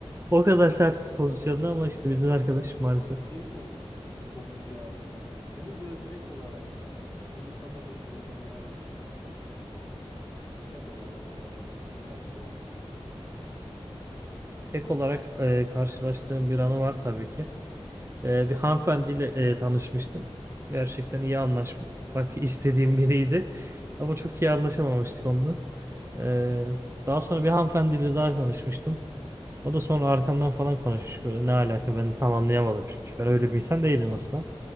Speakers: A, on the right; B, on the left.
A: O
B: Ya,
A: kadar sert bir pozisyonda ama işte
B: genellikle
A: bizim arkadaş
B: ş-
A: maalesef.
B: şeyi konuştuk böyle topluca yaptığımız şey. Senin böyle tek olarak unutamadığın bir anın var mı üniversitede? Tek olarak yaptığın ya da karşılaştığın.
A: Ek olarak e, karşılaştığım bir anı var tabii ki. Ee, bir hanımefendiyle e, tanışmıştım. Gerçekten iyi anlaşmak istediğim biriydi. Ama çok iyi anlaşamamıştık onunla. Ee, daha sonra bir hanımefendiyle daha tanışmıştım. O da sonra arkamdan falan konuşmuş böyle ne alaka ben de tam anlayamadım çünkü ben öyle bir insan değilim aslında.